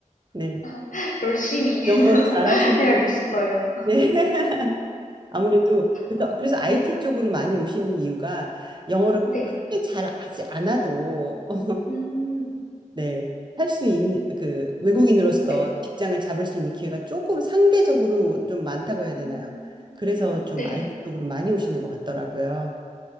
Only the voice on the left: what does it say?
<laughs> 열심히 <laughs>
해야겠어요.
아,
네.
네.
음,
네.
음,
네.